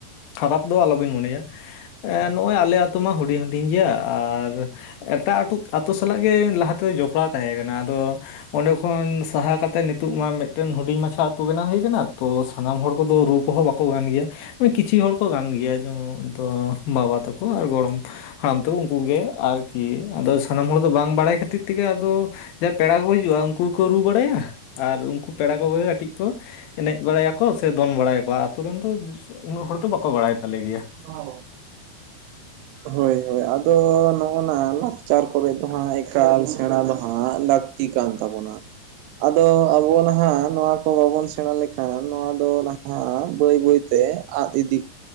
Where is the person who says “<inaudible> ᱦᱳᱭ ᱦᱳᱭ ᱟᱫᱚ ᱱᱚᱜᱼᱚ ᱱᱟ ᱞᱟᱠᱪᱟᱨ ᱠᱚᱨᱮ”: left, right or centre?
Right